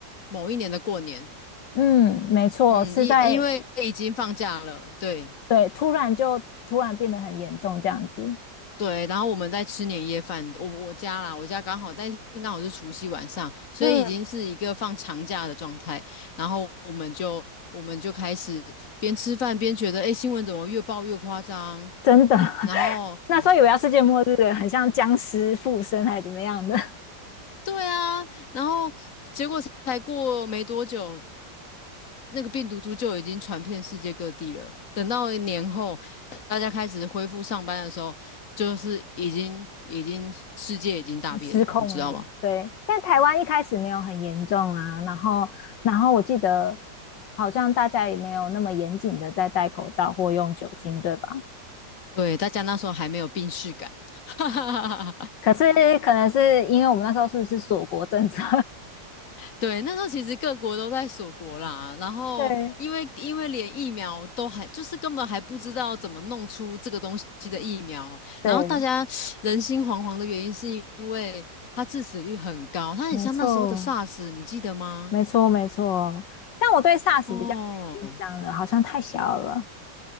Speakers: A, on the left; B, on the left.
A: 某一年的过年，
B: 嗯，没错，
A: 嗯，
B: 是在
A: 因因为已经放假了，对
B: 对，突然就突然变得很严重这样子。
A: 对，然后我们在吃年夜饭，我我家啦，我家刚好但刚好是除夕晚上，所以已经是一个放长假的状态，
B: 嗯，
A: 然后我们就我们就开始边吃饭边觉得，哎，新闻怎么越报越夸张，
B: 真的，<laughs>
A: 然后
B: 那时候以为要世界末日了，
A: <laughs>
B: 很像僵尸附身还是怎么样的。
A: 对啊，然后结果才过没多久，那个病毒株就已经传遍世界各地了。等到年后大家开始恢复上班的时候，就是已经已经世界已经大变了，
B: 失控了。
A: 你知道吗？
B: 对，但台湾一开始没有很严重啊，然后然后我记得好像大家也没有那么严谨的在戴口罩或用酒精，对吧？
A: 对，大家那时候还没有病逝感。<laughs> 哈
B: 可是可能是因为我们那时候是不是锁国政策？
A: 对，那时候其实各国都在锁国啦，然后因为因为连疫苗都还就是根本还不知道怎么弄出这个东西的疫苗，
B: <laughs> 对，对，
A: 然后大家人心惶惶的原因是因为它致死率很高，它很像那时候的
B: 没错，
A: SARS，你记得吗？
B: 没错，没错。但我对 SARS
A: 哦，
B: 比较没有印象了，好像太小了。